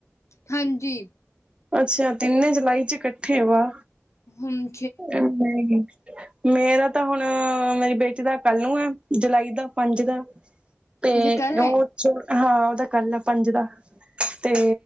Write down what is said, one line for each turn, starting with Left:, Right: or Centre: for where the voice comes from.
Left: ਹਾਂਜੀ
Right: ਅੱਛਾ ਤਿੰਨੇ ਜੁਲਾਈ ਚ ਇਕੱਠੇ ਵਾ
Left: ਹਮ
Right: ਹਮ ਹਾਂ ਮੇਰਾ ਤਾਂ ਹੁਣ ਮੇਰੀ ਬੇਟੀ ਦਾ ਕੱਲ ਨੂੰ ਹੈ ਜੁਲਾਈ ਦਾ ਪੰਜ ਦਾ ਤੇ
Left: ਅਜੇ ਕੱਲ ਹੈ
Right: ਉਹ ਚ ਹਾਂ ਉਹਦਾ ਕੱਲ ਆ ਪੰਜ ਦਾ ਤੇ